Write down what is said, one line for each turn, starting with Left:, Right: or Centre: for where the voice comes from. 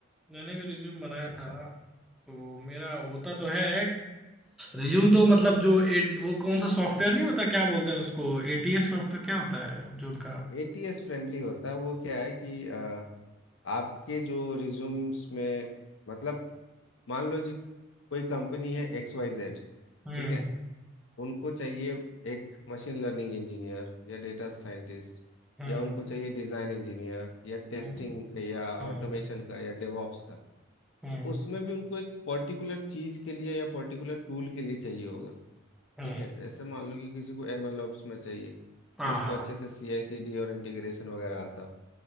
Centre: मैंने भी रिज्यूम बनाया
Left: अच्छा
Centre: था तो मेरा होता तो है रिज्यूम तो मतलब जो एट वो कौन सा सॉफ्टवेयर नहीं होता क्या बोलते हैं उसको एटीएस सॉफ्टवेयर क्या होता है जो उनका
Left: एटीएस फ्रेंडली होता है वो क्या है कि अ, आपके जो रिज्यूम्स में मतलब मान लो जी कोई कंपनी है एक्स वाई जेड
Centre: हम्म
Left: ठीक है उनको चाहिए एक मशीन लर्निंग इंजीनियर या डेटा साइंटिस्ट
Centre: हम्म
Left: या उनको चाहिए डिज़ाइन इंजीनियर या टेस्टिंग
Centre: हम्म
Left: का या
Centre: हम्म
Left: ऑटोमेशन का या डेवॉप्स का
Centre: हम्म
Left: तो उसमें भी उनको एक पर्टिकुलर चीज़ के लिए या पर्टिकुलर टूल के लिए चाहिए होगा
Centre: हम्म,
Left: ठीक है जैसे मान लो कि किसी को एमएल ओप्स में चाहिए कि
Centre: हाँ
Left: उसको अच्छे से सीआई सीडी और इंटीग्रेशन वगैरह आता हो